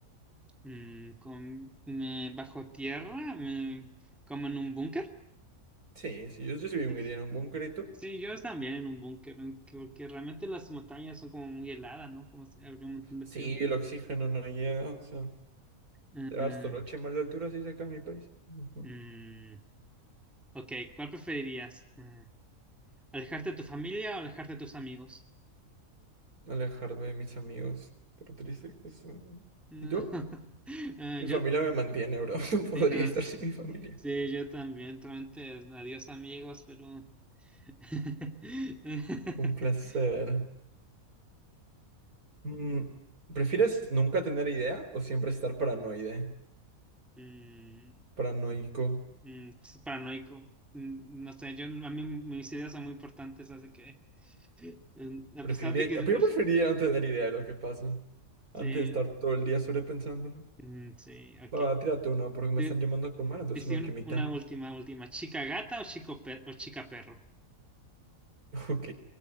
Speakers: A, in the centre; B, on the right.
A: mm, con- me- bajo tierra, me- como en un búnker.
B: Sí, sí, yo, yo sí viviría
A: Es-
B: en un búnker,
A: Sí, yo también en un búnker, en- porque realmente las montañas son como muy heladas, ¿no? Como si habría un montón de
B: Sí,
A: frío.
B: el oxígeno no llega, o sea,
A: Eh,
B: te dar soroche mal de altura, sí, acá en mi país. Ujú.
A: mm, Ok, ¿cuál preferirías? Eh, ¿alejarte de tu familia o alejarte de tus amigos?
B: Alejarme de mis amigos, por triste que suene.
A: No.
B: ¿Y tú?
A: <laughs> Eh,
B: Mi
A: yo,
B: familia me mantiene, bro, <laughs> no podría
A: sí, no,
B: estar
A: es-
B: sin mi familia.
A: sí, yo también, realmente, adiós amigos, pero... <laughs>
B: Un placer. Mm, ¿prefieres nunca tener idea o siempre estar paranoide?
A: Mm,
B: Paranoico.
A: mm, es paranoico. Mm, No sé, yo, a mí mis ideas son muy importantes, así que... mm, A
B: Preferiría,
A: pesar de que...
B: yo preferiría no tener idea de lo que pasa.
A: Sí,
B: Antes de estar todo el día sobrepensándolo.
A: mm, sí, ok.
B: Va, va, tírate una porque me
A: Te-
B: están llamando a comer, entonces
A: te hice
B: una ultimita.
A: un- una última, última. ¿Chica gata o chico per- o chica perro?
B: <laughs> Ok.